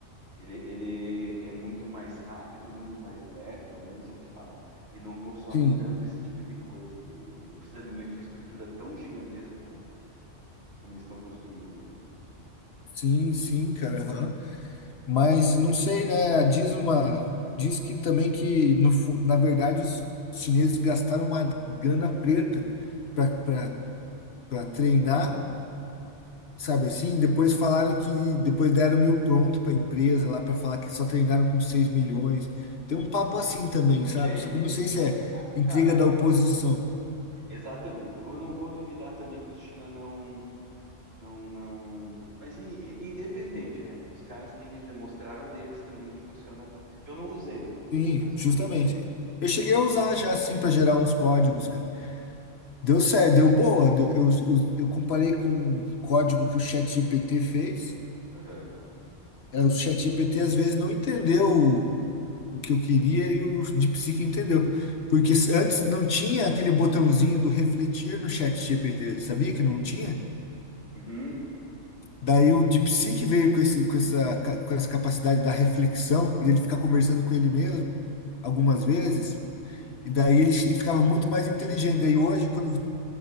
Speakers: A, on the right; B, on the left.
A: ele, ele é muito mais rápido, muito mais leve, pelo menos é o que falam, e não consome
B: Sim,
A: tanto esse tipo de coisa dele. Ele não precisa de uma infraestrutura tão gigantesca como, como eles estão construindo, cara.
B: sim, sim, cara, aham. Mas não sei, né? Diz uma, diz que também que no, fu- na verdade os chineses gastaram uma grana preta para treinar, sabe assim? Depois falaram que depois deram meio pronto para a empresa lá para falar que só treinaram com 6 milhões. Tem um papo assim também, sabe?
A: Tem,
B: Só
A: tem.
B: que eu não sei se é
A: Ah,
B: intriga
A: cara, é,
B: da oposição.
A: Exatamente. Eu não vou duvidar também que os China não, não, não. Mas i- i- independente, né? Os caras têm, já mostraram a deles também que funciona tão. Eu não usei.
B: Sim,
A: Eu confesso
B: justamente.
A: que ainda não usei.
B: Eu cheguei
A: Mas
B: a usar já assim para gerar uns códigos, cara. Deu
A: eu.
B: certo, deu boa. Deu- Eu, eu, eu comparei
A: Aham,
B: com um código que o ChatGPT fez.
A: aham.
B: É, o ChatGPT às vezes não entendeu o, o que eu queria e o DeepSeek entendeu. Porque s- antes não tinha aquele botãozinho do refletir no ChatGPT, sabia que não tinha?
A: Uhum,
B: Daí o DeepSeek veio com esse, com essa, ca- com essa capacidade da reflexão e ele ficar conversando com ele mesmo algumas
A: sim,
B: vezes.
A: sim.
B: E daí eles ele ficava muito mais inteligente. Daí hoje, quando